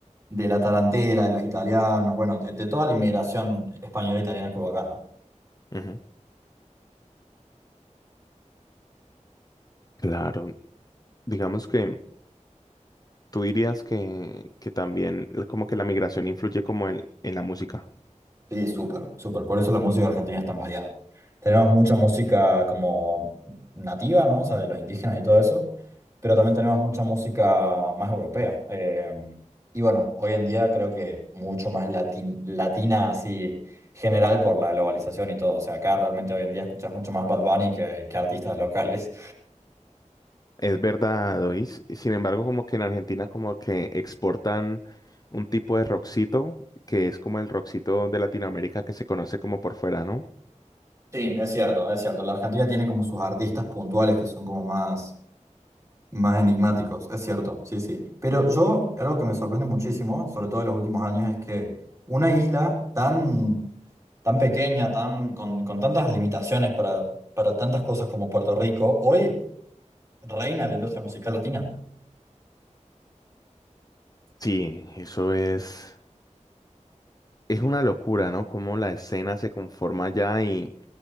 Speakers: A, on the right (about 25°); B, on the left (about 30°).
A: de la tarantela, de los italianos, bueno, de, de toda la inmigración española e italiana que hubo acá, ¿no?
B: Ujú. Claro, digamos que tú dirías que, que también eh, como que la migración influye como en, en la música.
A: Sí, súper, súper. Por eso la música argentina es tan variada. Tenemos mucha música como nativa, ¿no? O sea, de los indígenas y todo eso, pero también tenemos mucha música más europea. Eh, y bueno, hoy en día creo que mucho más latin- latina así general por la globalización y todo. O sea, acá realmente hoy en día escuchas mucho más Bad Bunny que, que artistas locales.
B: Es verdad, Dois. Sin embargo, como que en Argentina como que exportan un tipo de rockcito que es como el rockcito de Latinoamérica que se conoce como por fuera, ¿no?
A: Sí, es cierto, es cierto. La Argentina tiene como sus artistas puntuales que son como más... Más enigmáticos, es cierto, sí, sí. Pero yo, algo que me sorprende muchísimo, sobre todo en los últimos años, es que una isla tan, tan pequeña, tan, con, con tantas limitaciones para, para tantas cosas como Puerto Rico, hoy reina la industria musical latina.
B: Sí, eso es, es una locura, ¿no? Cómo la escena se conforma ya y,